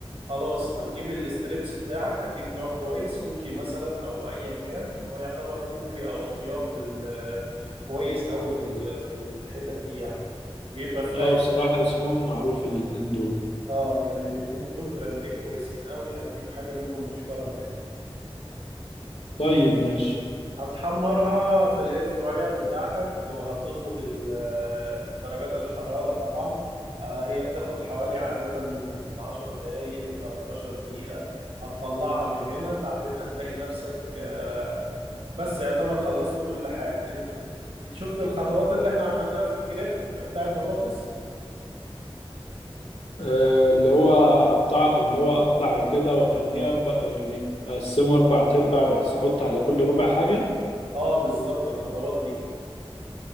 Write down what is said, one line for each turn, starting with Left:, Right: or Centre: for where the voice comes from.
Right: خلاص هتجيب الستريبس بتاعك هتجيب نوع كويس كوكي مثلا او ايا كان هو يعتبر كوكي او اطياب ال- كويس قوي في ال- في الحتت دي يعني بيبقى فراخ
Left: اه بصراحه
Right: <laughs>
Left: اسمهم معروف الاتنين دول
Right: اه يعني الاتنين دول براندين كويسين قوي هتجيب حاجة منهم محترمة يعني
Left: طيب ماشي
Right: هتحمرها في الاير فراير بتاعتك وهتظبط ال- درجات الحرارة طبعا آه، هي بتاخد حوالي عادة من 10 دقايق ل 13 دقيقة هتطلعها من هنا بعدين هتلاقي نفسك آه، بس يعتبر خلصت كل حاجة ال- شفت الخطوات اللي احنا عملناها في الكريب بتاع البطاطس
Left: آه اللي هو اقطع اللي هو اقطع كده واخليه اربع يعني اقسمه اربع ارباع بحيث احط على كل ربع حاجه
Right: اه بالظبط الخطوات دي